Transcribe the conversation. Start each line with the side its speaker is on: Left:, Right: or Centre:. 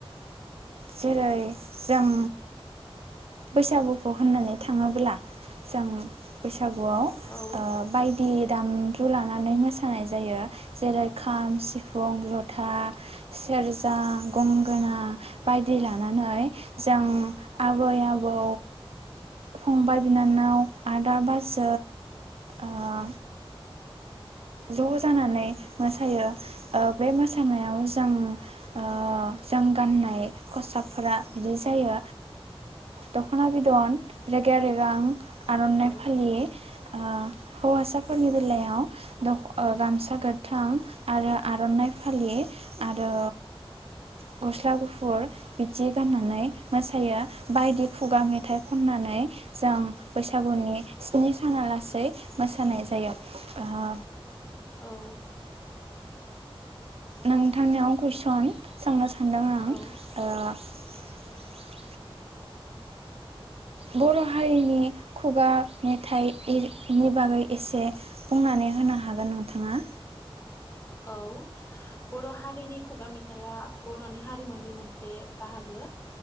Right: जेरै जों बैसागुखौ होननानै थाङोब्ला जों बैसागुआव
Left: औ
Right: बायदि दामजु लानानै मोसानाय जायो जेरै खाम सिफुं जथा सेरजा गंगोना बायदि लानानै जों आबै-आबौ फंबाय बिनानाव आदा बाजै ओ ज' जानानै मोसायो ओ बे मोसानायाव जों ओ जों गाननाय खसाबफोरा बिदि जायो दख'ना बिदन रेगे रेगां आर'नाइ
Left: औ
Right: फालि ओ हौवासा फोरनि बेलायाव ओ गामसा गोथां आरो आर'नाइ फालि आरो गस्ला गुफुर बिदि गाननानै मोसायो बायदि खुगा मेथाइ खननानै जों बैसागुनि स्नि साना लासै मोसानाय जायो ओ
Left: औ
Right: नोंथांनियाव कुइसन सोंनो सानदों आं
Left: औ
Right: <inaudible> बर' हारिनि खुगा मेथाइनि बागै एसे बुंनानै होनो हागोन नोंथाङा
Left: औ बर' हारिनि खुगा मेथाइआ बर'नि हारिमुनि मोनसे बाहागो